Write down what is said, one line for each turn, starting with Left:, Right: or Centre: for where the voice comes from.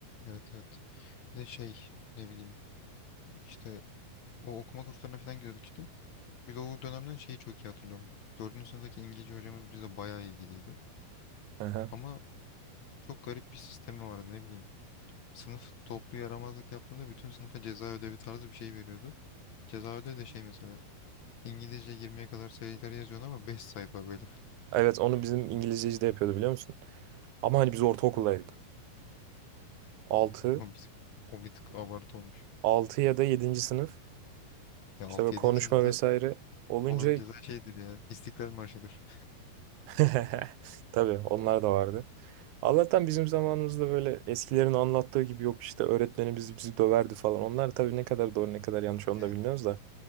Left: Evet evet. Bir de şey ne bileyim işte o okuma kurslarına falan gidiyorduk işte. Bir de o dönemden şeyi çok iyi hatırlıyorum. Dördüncü sınıftaki İngilizce hocamız bize bayağı ilgiliydi.
Right: Aha.
Left: Ama çok garip bir sistemi vardı ne bileyim. Sınıf toplu yaramazlık yaptığında bütün sınıfa ceza ödevi tarzı bir şey veriyordu. Ceza ödevi de şey mesela. İngilizce 20'ye kadar sayıları yazıyorsun ama 5 sayfa böyle.
Right: Evet onu bizim İngilizceci de yapıyordu biliyor musun? Ama hani biz ortaokuldaydık. 6
Left: Komik, o bir tık abartı olmuş.
Right: 6 ya da yedinci sınıf
Left: Ya
Right: işte
Left: 6-7.
Right: böyle konuşma
Left: sınıfta
Right: vesaire olunca
Left: olan ceza şeydir ya. İstiklal Marşı'dır.
Right: <laughs> Tabii onlar da vardı. Allah'tan bizim zamanımızda böyle eskilerin anlattığı gibi yok işte öğretmenimiz bizi döverdi falan. Onlar tabii ne kadar doğru ne kadar yanlış onu
Left: Yani
Right: da bilmiyoruz da.